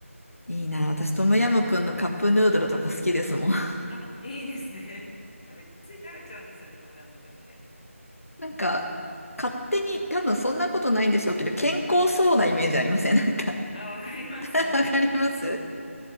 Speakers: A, on the left (about 70°); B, on the left (about 25°).
A: いいな。私トムヤムクンのカップヌードルとか好きですもん。<laughs>
B: あ、いいですね。<laughs> 食べ、つい食べちゃうんですよね、トムヤムクンって。
A: なんか、勝手に、多分そんなことないんでしょうけど、健康そうなイメージありません <laughs> なんか
B: あ、わかります。
A: <laughs>
B: <laughs>
A: わかります